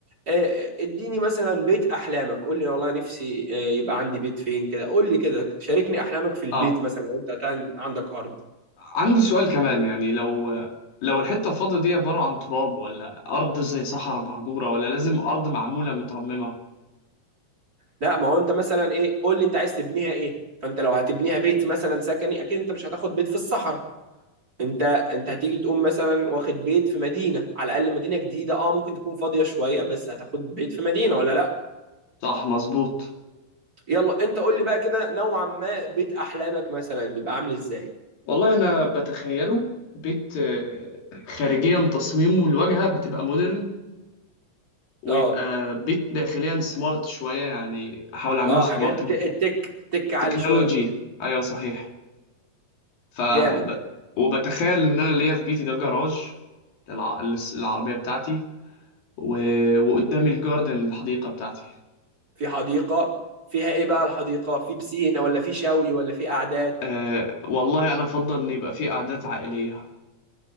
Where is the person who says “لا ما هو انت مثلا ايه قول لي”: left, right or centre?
Right